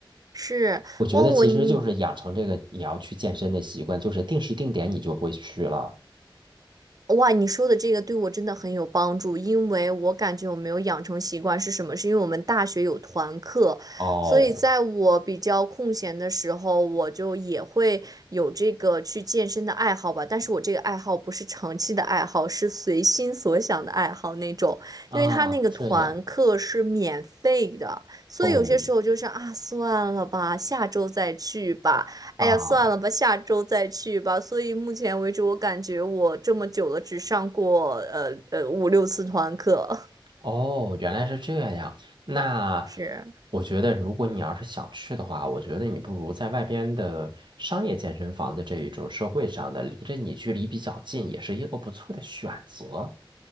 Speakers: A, on the right; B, on the right.
A: 是。
B: 我觉得其实就是养成这个你要去健身的习惯，
A: 哇，我你
B: 就是定时定点你就会去了。
A: 哇，你说的这个对我真的很有帮助，因为我感觉我没有养成习惯是什么？是因为我们大学有团课，
B: 哦，
A: 所以在我比较空闲的时候，我就也会有这个去健身的爱好吧。但是我这个爱好不是长期的爱好，是随心所想的爱好那种，
B: 啊，
A: 因为他那个团课是免费的，
B: 这样
A: 所以有些时候就是啊，
B: 哦
A: 算了吧，下周再去吧。哎呀，
B: 啊。
A: 算了吧，下周再去吧。所以目前为止，我感觉我这么久了，只上过呃呃五六次团课。
B: 哦，原来是这样。那
A: <laughs> 是，
B: 我觉得，如果你要是想去的话，我觉得你不如在外边的商业健身房的这一种社会上的，离着你距离比较近，也是一个不错的选择。